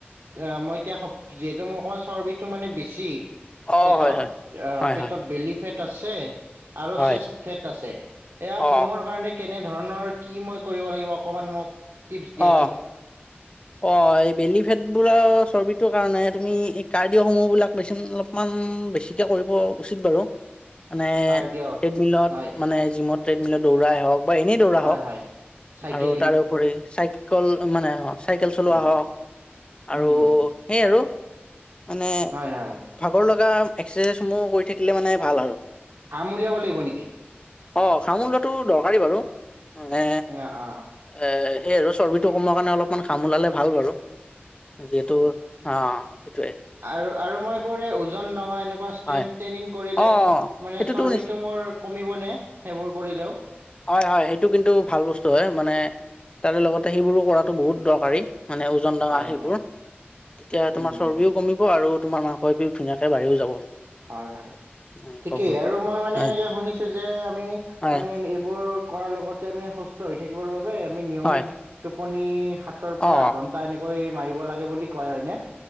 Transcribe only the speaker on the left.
অ',
হয় হয়
হয়
হয়
হয়।
অ
অঁ‌ <inaudible>
অঁ! এই বেলি ফেটবোৰৰ চৰ্বিটোৰ কাৰণে তুমি এই কাৰ্ডিঅসমূহ বিলাক <inaudible> <unintelligible> অলপমান বেছিকে কৰিব উচিত বাৰু।
মানে
ট্ৰেডমিলত
মানে জিমত ট্ৰেডমিলত দৌৰাই হওক <inaudible> বা এনেই দৌৰা
হ‌ওক
আৰু তাৰো <inaudible> <unintelligible> চাইকল মানে, অঁ চাইকেল চলোৱা
হওক আৰু
সেই আৰু, মানে
<inaudible> ভাগৰ লগা এক্সাৰচাইজসমূহ কৰি থাকিলে মানে ভাল আৰু। <inaudible>
অ! ঘাম ওলোৱাটো দৰকাৰী বাৰু মানে
এ <inaudible> সেই আৰু চৰ্বিটো কমোৱাৰ কাৰণে অলপমান ঘাম ওলালে ভাল বাৰু যিহেতু <inaudible> অ! সেইটোৱেই। <inaudible>
হয়
অ
সেইটোতো
নিচ
হয়-হয়। সেইটো কিন্তু ভাল বস্তু হয় মানে তাৰে লগতে সেইবোৰো কৰাটো বহুত দৰকাৰী। <inaudible> মানে ওজন ডঙা
সেইবোৰ,
তেতিয়া
তোমাৰ
চৰ্বিও কমিব আৰু তোমাৰ মা <inaudible> চৰ্বিও ধুনীয়াকৈ বাঢ়িও যাব। <inaudible>
মাংসবোৰ
হয়
হয়
হয়
অ